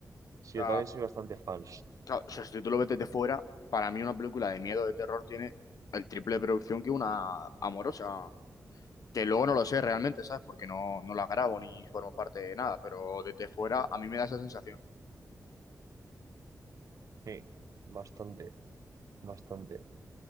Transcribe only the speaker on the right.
Sí,
yo también soy bastante fan.
Sí. Bastante, bastante.